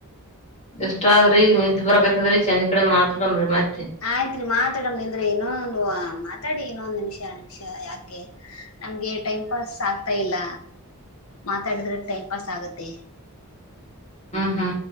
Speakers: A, on the left; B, on the left.
A: ಇಷ್ಟ ಆದ್ರಿ ನಿದ್ ಬರಕತ್ತದ್ರೀ ಚಂಜೀ ಕಡೆ ಮಾತ್ ಆಡಂಬ್ರಿ ಮಾತ್
B: ಆಯ್ತ್ರಿ ಮಾತಾಡಮ್ಮ ಅಂದ್ರೆ ಏನು ಹೊಂದು ಮಾತಾಡಿ ಇನ್ನೊಂದು ನಿಮಿಷ ನಿಮಿಷ ಯಾಕೆ ನಮ್ಗೆ ಟೈಮ್ ಪಾಸ್ ಆಗ್ತಾ ಇಲ್ಲ ಮಾತಾಡಿದ್ರ ಟೈಮ್ ಪಾಸ್ ಆಗತ್ತೆ
A: ಹಾ